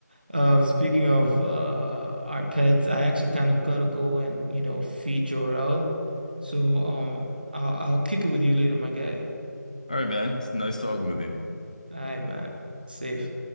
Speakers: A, on the right; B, on the left.
A: Uh, speaking of uh, our pets, I actually kind of gotta go and you know feed Jorel. So um, I'll, I'll kick it with you later, my guy.
B: All right, man, it's nice talking with you.
A: All right, man. Safe.